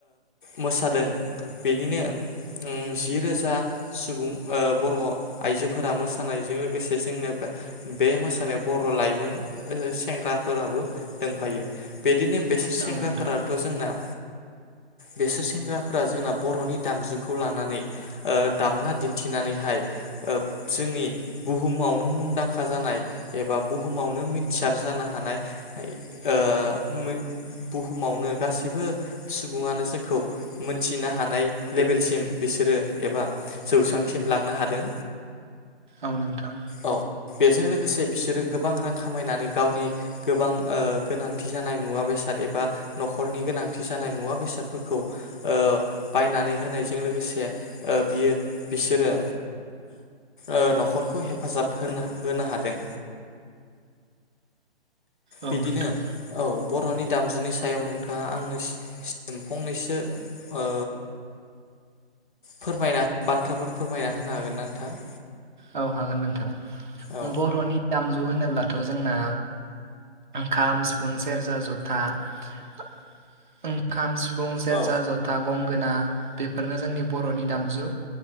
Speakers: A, on the left (about 50°); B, on the right (about 45°).
A: मोसादों बेनिनो जि रोजा सुबुं बर' आइजोफोरा मोसानायजों लोगोसे जोंनो बे मोसानायाव बर' लाइमोन सेंग्राफोराबो दोंफायो बे दिनो बेसोर सेंग्राफोराथ'
B: औ नोंथां
A: जोंना बेसोर सेंग्राफोरा जोंना बर'नि दामजुखौ लानानै ओ दामना दिन्थिनानैहाय ओ जोंनि बुहुमावनो मुनदांखा जानाय एबा बुहुमावनो मिथि जानो हानाय ओ मोन बुहुमावनो गासैबो सुबुङानो जोंखौ मोनथिनो हानाय लेबेलसिम बिसोरो एबा जौसांसिम लांनो हादों।
B: औ नोंथां।
A: औ बेजों लोगोसे बिसोरो गोबां रां खामायनानै गावनि गोबां ओ गोनांथि जानाय मुवा बेसाद एबा न'खरनि गोनांथि जानाय मुवा बेसादफोरखौ ओ बायनानै होनायजों लोगोसे ओ बियो बिसोरो ओ न'खरखौ हेफाजाब होनो होनो हादों।
B: औ
A: बिदिनो
B: नोंथां
A: औ बर'नि दामजुनि सायाव नोंथाङा आंनो सि सिम फंनैसो ओ फोरमायना बाथ्राफोर फोरमायना होनो हागोन ना नोंथां?
B: औ हागोन नोंथां।
A: औ
B: बर'नि दामजु होन होनोब्लाथ' जोंना खाम सिफुं सेर सेरजा जथा <inaudible> ओंखाम फुं सेरजा
A: औ
B: जथा गं गोना बेफोरनो जोंनि बर'नि दामजु